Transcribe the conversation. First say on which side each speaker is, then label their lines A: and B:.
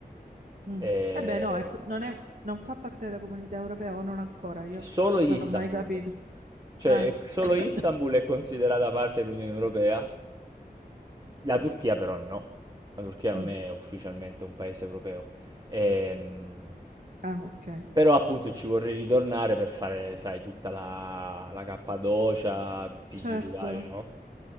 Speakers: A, on the right; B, on the right.
A: Mm.
B: e...
A: Eh beh, no, ecco, non è- non fa parte della comunità europea o non ancora, io
B: solo Istanbul.
A: non ho mai capito.
B: Cioè,
A: Ah,
B: solo
A: <coughs>
B: Istanbul è considerata parte dell'Unione Europea, la Turchia però no. La Turchia non
A: Mm.
B: è ufficialmente un paese europeo. Ehm,
A: Ah, ok.
B: però appunto ci vorrei ritornare per fare, sai, tutta la, la Cappadocia, tutti i
A: Certo.
B: giri vari, no?